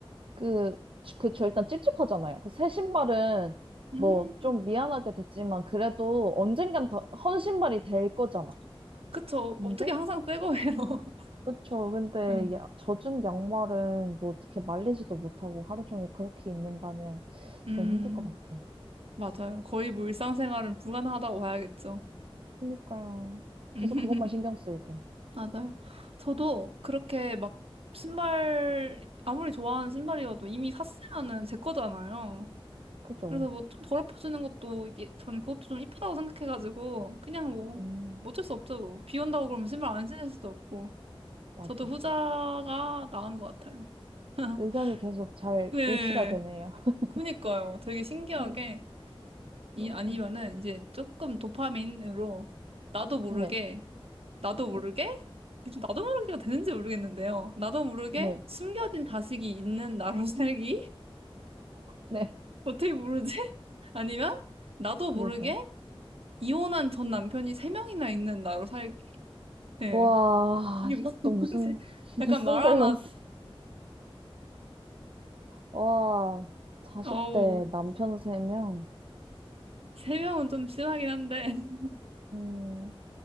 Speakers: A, on the right; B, on the right.
A: 그, 그, 저 일단 찝찝하잖아요. 그 새 신발은
B: 음,
A: 뭐 좀 미안하게 됐지만 그래도 언젠간 더, 헌 신발이 될 거잖아.
B: 그쵸.
A: 근데?
B: 어떻게 항상 새 거예요. <laughs>
A: 그쵸. 근데
B: 음,
A: 야, 젖은 양말은 뭐 어떻게 말리지도 못하고 하루 종일 그렇게 있는다면
B: 음,
A: 너무 힘들 것 같아요.
B: 맞아요. 거의 뭐 일상생활은 불가능하다고 봐야겠죠.
A: 그니까요.
B: <laughs>
A: 계속 그것만 신경 쓰이고.
B: 맞아요. 저도 그렇게 막 신발, 아무리 좋아하는 신발이어도 이미 샀으면은 제 거잖아요.
A: 그죠.
B: 그래서 뭐좀 더럽혀주는 것도 이게 저는 그것도 좀 이쁘다고 생각해가지고 그냥 뭐,
A: 음,
B: 뭐 어쩔 수 없죠. 뭐. 비 온다고 그러면 신발 안 신을 수도 없고.
A: 맞아.
B: 저도 후자가 나은 것 같아요. <laughs>
A: 의견이 계속 잘
B: 네.
A: 일치가 되네요. <laughs>
B: 그니까요. 되게 신기하게.
A: 네, 그러네요.
B: 이 아니면은 이제 조금 도파민으로 나도 모르게
A: 네,
B: 나도
A: 네,
B: 모르게 지금 나도 모르게가 되는지 모르겠는데요. 나도 모르게
A: 네,
B: 숨겨진 자식이 있는 나로 살기?
A: 네,
B: <laughs> 어떻게 모르지? <laughs> 아니면 나도
A: 그러게.
B: 모르게 이혼한 전 남편이 세 명이나 있는 나로 살기? 네.
A: 와,
B: 이게
A: 이것도
B: 무슨
A: 무슨,
B: 말인지 <laughs>
A: <laughs>
B: 약간
A: 무슨
B: 말아맛
A: 밸런스. 와, 자식
B: 어우
A: 대 남편 세명
B: 세 명은 좀 심하긴 한데 <laughs>
A: 음,